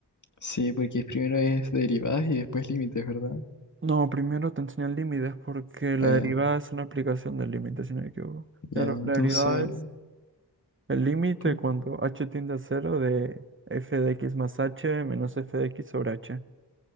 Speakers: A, on the left; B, on the right.
A: Sí, porque primero es derivadas y después límites, ¿verdad?
B: No, primero te enseñan límites porque la
A: Ah, ya.
B: derivada es una aplicación del límite, si no me equivoco.
A: Ya,
B: Claro,
A: entonces,
B: la derivada El límite
A: pu,
B: cuando h tiende a cero de f de x más h menos f de x sobre h. <laughs>